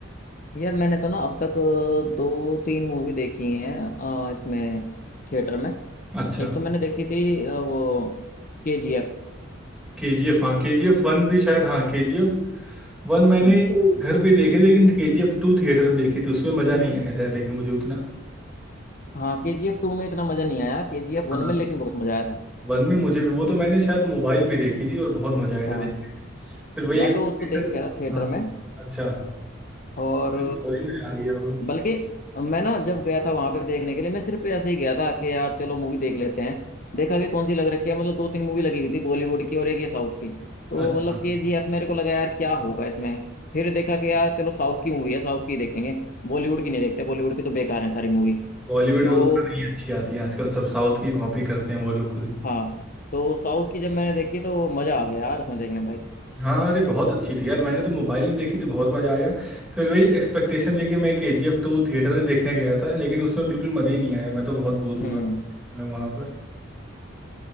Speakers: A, on the left; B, in the centre.
A: यार मैंने तो ना अब तक अ, दो तीन मूवी देखी हैं अ, इसमें थिएटर में
B: अच्छा
A: एक तो मैंने देखी थी अ, वो के जी एफ
B: केजीएफ हाँ केजीएफ वन भी शायद हाँ केजीएफ वन मैंने
A: हम्म
B: घर पे देखी लेकिन केजीएफ टू थिएटर में देखी थी उसमें मज़ा नहीं आया था लेकिन मुझे उतना
A: हाँ के जी एफ टू में इतना मजा नहीं आया के जी एफ वन
B: हाँ
A: में लेकिन बहुत मजा आया था
B: वन में मुझे भी वो तो मैंने शायद मोबाइल में देखी थी और बहुत मज़ा आया
A: हाँ
B: था देखने में फिर वही
A: मैं
B: एक्सपेक्टेशन
A: तो उसको देख के आया था थिएटर
B: हाँ
A: में
B: अच्छा
A: और
B: सॉरी मैं आ गया होगा
A: बल्कि मैं ना जब गया था वहां पे देखने के लिए मैं सिर्फ ऐसे ही गया था कि यार चलो मूवी देख लेते हैं देखा कि कौन सी लग रखी है मतलब दो तीन मूवी लगी हुई थी बॉलीवुड की और एक ये साउथ की तो
B: अच्छा
A: मतलब के जी एफ मेरे को लगा यार क्या होगा इसमें फिर देखा कि यार चलो साउथ की मूवी है साउथ की देखेंगे बॉलीवुड की नहीं देखते बॉलीवुड की तो बेकार है सारी मूवी
B: बॉलीवुड
A: तो
B: को तो खाना नहीं अच्छी आती है आजकल सब साउथ की कॉपी करते हैं वो लोग खुद
A: हाँ तो साउथ की जब मैंने देखी तो मजा आ गया यार उसमें देखने भाई
B: हाँ अरे बहुत अच्छी थी यार मैंने तो मोबाइल में देखी थी बहुत मज़ा आया फिर वही एक्सपेक्टेशन लेके मैं K G F two theatre में देखने गया था लेकिन उसमें बिल्कुल मज़ा ही नहीं आया मैं तो बहुत बोर हो
A: हम्म
B: रहा था मैं वहाँ पर